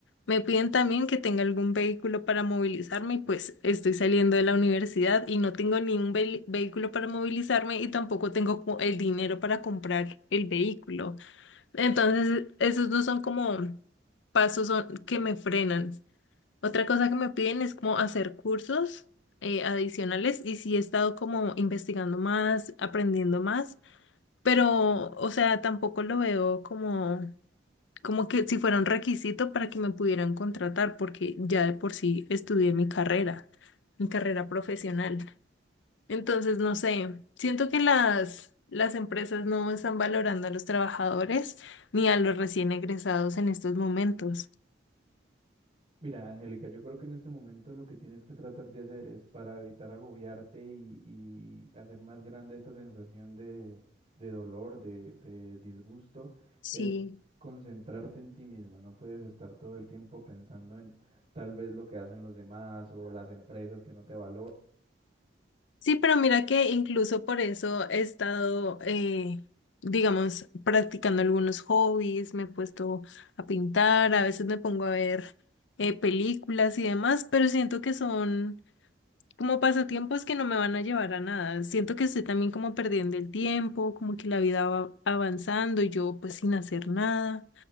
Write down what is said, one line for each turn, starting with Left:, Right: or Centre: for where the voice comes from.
Left: Me piden también que tenga algún vehículo para movilizarme y pues estoy saliendo de la universidad y no tengo ni un ve- vehículo para movilizarme y tampoco tengo como el dinero para comprar el vehículo. Entonces, esos dos son como pasos son- que me frenan. Otra cosa que me piden es como hacer cursos eh, adicionales y sí he estado como investigando más, aprendiendo más, pero o sea, tampoco lo veo como, como que si fuera un requisito para que me pudieran contratar, porque ya de por sí estudié mi carrera, mi carrera profesional. Entonces, no sé, siento que las, las empresas no están valorando a los trabajadores ni a los recién egresados en estos momentos.
Right: Mira, Angélica, yo creo que en este momento lo que tienes que tratar de hacer es para evitar agobiarte y, y hacer más grande esta sensación de, de dolor, de, de disgusto,
Left: Sí.
Right: es concentrarte en ti misma. No puedes estar todo el tiempo pensando en tal vez lo que hacen los demás o las empresas que no te valoran.
Left: Sí, pero mira que incluso por eso he estado, eh, digamos, practicando algunos hobbies, me he puesto a pintar, a veces me pongo a ver eh, películas y demás, pero siento que son como pasatiempos que no me van a llevar a nada. Siento que estoy también como perdiendo el tiempo, como que la vida va avanzando y yo pues sin hacer nada.